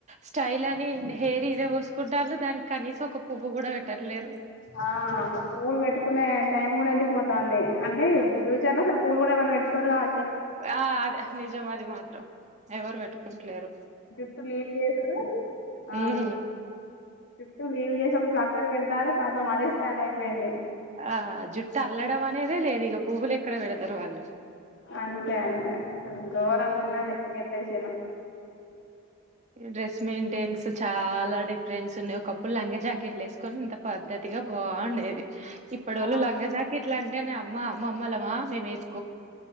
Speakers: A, on the right (about 35°); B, on the left (about 60°).
A: స్టైల్ అని హెయిర్ ఇరే పోసుకుంట వాళ్ళు దానికి కనీసం ఒక పువ్వు కూడా పెట్టట్లేరు
B: ఆ అక్కడ పూలు పెట్టుకునే టైం కూడా లేదు పోతాంది అంటే ఫ్యూచర్ లో అసలు పూలు కూడా ఎవరు పెట్టుకోరు కావ
A: ఆ అదే నిజం మాది మాత్రం ఎవరు పెట్టుకు కుంటలేరు
B: జుట్టు లీవ్ చేసుడు ఆ
A: హ్మ్
B: జుట్టు లీవ్ చేసి ఒక ప్లక్కర్ పెడతారు కతం అదే స్టైల్ అయిపోయింది
A: ఆ జుట్టు అల్లడం అనేదే లేదు ఇక పువ్వులు ఎక్కడ వెడతారు వాళ్ళు
B: అంతే అంతే అసలు ఘోరంగా ఉన్నది జనరేషన్
A: డ్రెస్ మెయింటెన్స్ చాలా డిఫ రెండ్స్ ఉన్న ఒకప్పుడు లంగ జాకెట్లు వేసుకొని ఇంత పద్దతిగా బాగుండేది ఇప్పుడు
B: ఆ
A: ఓళ్ళు లంగా జాకెట్లు అంటేనే అమ్మా అమ్మమ్మ లామా మేము వేసు